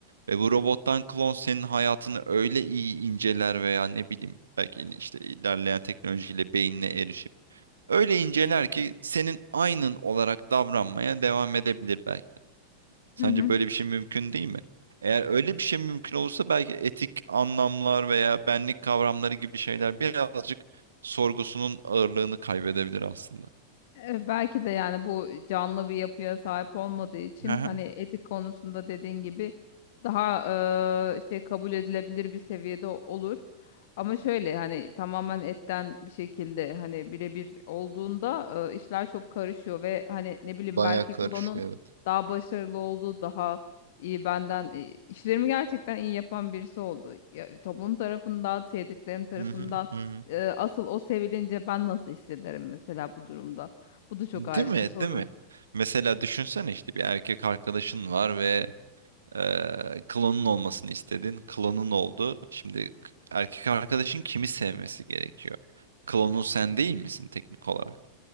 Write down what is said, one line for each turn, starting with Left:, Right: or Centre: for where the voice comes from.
Right: Ve bu robottan klon senin hayatını öyle iyi inceler veya ne bileyim belki işte ilerleyen teknolojiyle beynine erişip öyle inceler ki senin aynın olarak davranmaya devam edebilir belki. Sence
Left: Hı hı.
Right: böyle bir şey mümkün değil mi? Eğer öyle bir şey mümkün olursa belki etik anlamlar veya benlik kavramları gibi şeyler birazcık sorgusunun ağırlığını kaybedebilir aslında.
Left: E, Belki de yani bu canlı bir yapıya sahip olmadığı için
Right: Hı
Left: hani
Right: hı.
Left: etik konusunda dediğin gibi daha e, şey kabul edilebilir bir seviyede olur. Ama şöyle hani tamamen etten bir şekilde hani birebir olduğunda e, işler çok karışıyor ve hani ne bileyim
Right: Bayağı
Left: belki
Right: karışıyor
Left: klonun
Right: evet.
Left: daha başarılı olduğu daha iyi benden e, işlerimi gerçekten iyi yapan birisi oldu. Ya, toplum tarafından, sevdiklerim tarafından
Right: Hı hı, hı hı.
Left: e, asıl o sevilince ben nasıl hissederim mesela bu durumda? Bu da çok
Right: Değil
Left: ayrı
Right: mi?
Left: bir soru.
Right: Değil mi? Mesela düşünsene işte bir erkek arkadaşın var ve eee klonun olmasını istedin. Klonun oldu. Şimdi k- erkek arkadaşın kimi sevmesi gerekiyor? Klonun sen değil misin teknik olarak?